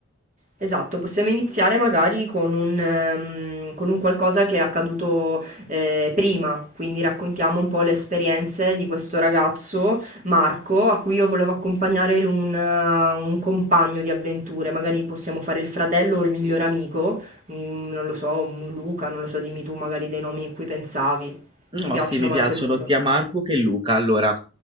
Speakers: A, on the right (about 40°); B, on the right (about 25°).
A: Esatto, possiamo iniziare magari con un, ehm, con un qualcosa che è accaduto eh, prima, quindi raccontiamo un po' le esperienze di questo ragazzo, Marco, a cui io volevo accompagnare un, eh, un compagno di avventure, magari possiamo fare il fratello o il miglior amico, mm, non lo so, un Luca, non lo so, dimmi tu magari dei nomi a cui pensavi.
B: No,
A: Ti piacciono
B: sì, mi piacciono
A: Marco e Luca?
B: sia Marco che Luca. Allora,